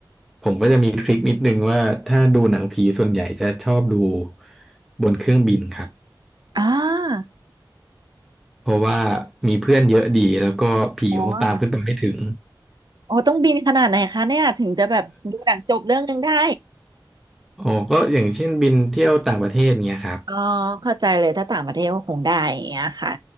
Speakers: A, in the centre; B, on the right (about 60°).
A: ผมก็จะมีทริคนิดนึงว่าถ้าดูหนังผีส่วนใหญ่จะชอบดูบนเครื่องบินครับ
B: อ่า
A: เพราะว่ามีเพื่อนเยอะดีแล้วก็ผีคงตามขึ้นไปไม่ถึง
B: อ๋อ โอ้ต้องบินขนาดไหนคะเนี่ยถึงจะแบบดูหนังจบเรื่องหนึงได้
A: อ๋อก็อย่างเช่นบินเที่ยวต่างประเทศเนี้ยครับ
B: อ๋อเข้าใจเลยถ้าต่างประเทศก็คงได้อย่างเงี้ยค่ะ